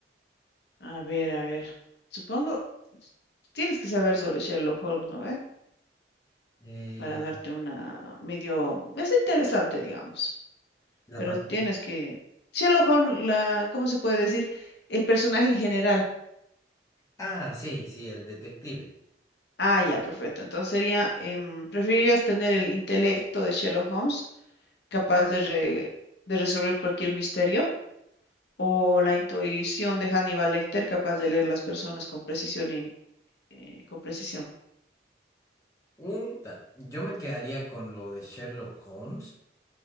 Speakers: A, on the left (about 65°); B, on the left (about 20°).
A: A ver, a ver. Supongo, tienes que saber sobre Sherlock Holmes, ¿no? ve?
B: Eh,
A: para darte una medio, es interesante, digamos,
B: la
A: pero
B: pantalla.
A: tienes que, Sherlock Holmes, la, ¿cómo se puede decir? El personaje en general.
B: Ah, sí, sí, el detective.
A: Ah, ya, perfecto. Entonces sería, em, ¿preferirías tener el intelecto de Sherlock Holmes, capaz de, re- de resolver cualquier misterio, o la intuición de Hannibal Lecter, capaz de leer las personas con precisión y en- eh, con precisión?
B: Un ta- Yo me quedaría con lo de Sherlock Holmes,